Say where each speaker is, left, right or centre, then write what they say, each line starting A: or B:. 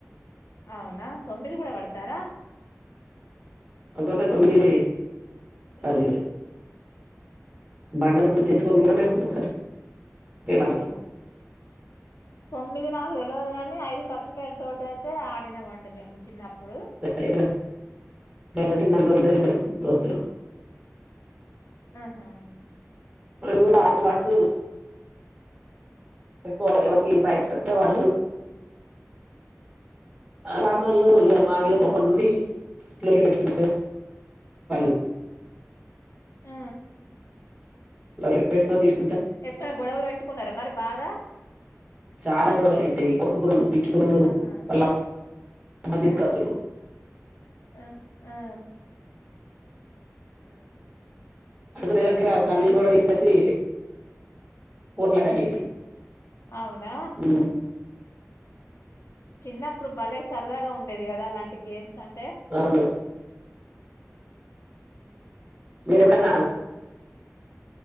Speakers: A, on the left; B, on the right.
A: అవునా తొమ్మిది కూడా పడతారా
B: అదన్న తమ్లివే అది బండల తెచ్చుకొని కూడా మేము కచ్చకాయలు ఆడతాం
A: తొమ్మిది నాకు తెలియదు కానీ ఐదు కచ్చకాయల తోట అయితే ఆడినామండి మేము చిన్నప్పుడు.
B: ఇ <unintelligible> ఇద్దరం దోస్తులం
A: ఆహా
B: అవి కూడా ఆడుతూ ఆడుతూ ఎక్కువ ఎవరికి పయ చెస్తే వాళ్ళు రాణ వాళ్ళు మావిద
A: హుహు.
B: కోపం నుం కిలలుటు <unintelligible>
A: ఆ
B: <unintelligible>
A: ఎప్పుడైనా గొడవలు పెట్టుకున్నారా మరి బాగా
B: చాలా గడవల అైతే ఈ కొట్టుకురు తిట్టుకోనురు
A: ఆహా!
B: మల్ల అమ్మని తీసుకోస్తురు
A: ఆ! ఆ! ఆ!
B: నే దగ్గర తల్లు కూడా తీసుకొచ్చి పోట్లట అయ్యేది
A: అవునా
B: ఉమ్,
A: చిన్నప్పుడు భలే సరదాగా ఉండేది కదా అలాంటి గేమ్స్ అం
B: అవును మీరెప్పుడంట